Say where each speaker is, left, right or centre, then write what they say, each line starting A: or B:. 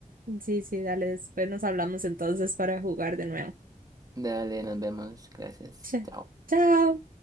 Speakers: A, on the right; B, on the right.
A: Sí, sí, dale, después nos hablamos entonces para jugar de nuevo.
B: Dale, nos vemos. Gracias.
A: Ch-
B: Chao.
A: Chao.